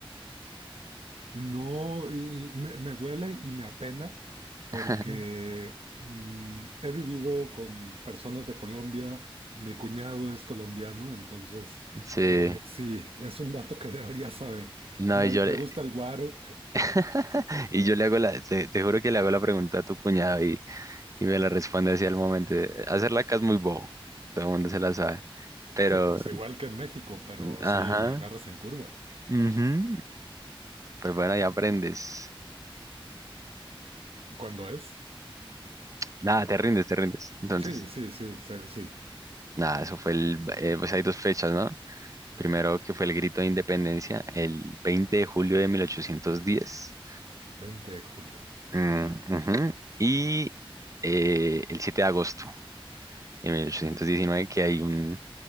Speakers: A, on the right; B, on the right.
A: No, y me, me duele y me apena porque
B: <laughs>
A: mm, he vivido con personas de Colombia, mi cuñado es colombiano, entonces
B: Sí,
A: eh, sí, es un dato que <laughs> debería saber.
B: no,
A: Me,
B: y yo
A: me
B: le,
A: gusta el guaro,
B: <laughs> y yo le hago la, te, te juro que le hago la pregunta a tu cuñado y, y me la responde así al momento. Hacerla acá es muy bobo, todo el mundo se la sabe, pero,
A: sí, pues igual que en México, pero
B: ajá,
A: sí, me agarras en curva.
B: ujú, Pues bueno, ya aprendes.
A: ¿Cuándo es?
B: Nada, te rindes, te rindes. Entonces,
A: Sí, sí, sí, sí, sí,
B: nada, eso fue el, eh, pues hay dos fechas, ¿no? Primero que fue el grito de independencia el 20 de julio de 1810.
A: 20 de julio.
B: Mm, ujú. Y eh, el 7 de agosto de 1819 que hay un,